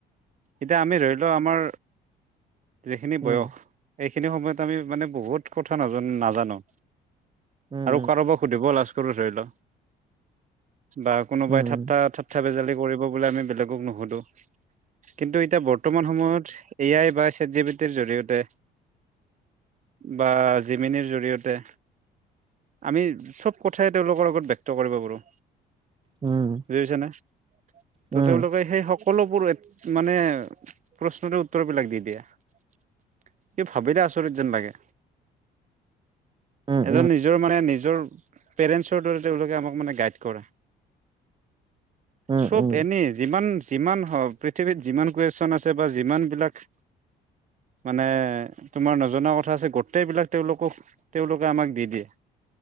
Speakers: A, on the right; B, on the right.
A: এতিয়া আমি ধৰি লওঁ আমাৰ যিখিনি
B: উম
A: বয়স এইখিনি সময়ত আমি মানে বহুত কথা নাজানো নাজানো
B: উম
A: আৰু কাৰোবাক সুধিব লাজ কৰো ধৰি ল বা কোনোবাই
B: উম উম
A: ঠাট্টাত থপথাপে জালি কৰিব বুলি আমি বেলেগক নুসোঁধো কিন্তু এতিয়া বৰ্তমান সময়ত এ আই বা চে জিপিটিৰ জৰিয়তে বা জিমিনিৰ জৰিয়তে আমি চব কথাই তেওঁলোকৰ আগত ব্যক্ত কৰিব পাৰোঁ
B: উম
A: দূয়োজনে ত'
B: উম
A: তেওঁলোকে সেই সকলোবোৰ মানে প্ৰশ্নতে উত্তৰ বিলাক দি দিয়ে এ ভাবিলে আচৰিত যেন লাগে
B: উম
A: এজন নিজৰ মানে নিজৰ পেৰেন্সৰ দৰে তেওঁলোকে আমাক মানে গাইড কৰে
B: উম
A: চব
B: উম
A: এনেই যিমান, যিমান হওক পৃথিৱীত যিমান কুৱেশ্বন আছে বা যিমানবিলাক মানে তোমাৰ নজনা কথা আছে গোটেইবিলাক তেওঁলোকক তেওঁলোকে আমাক দি দিয়ে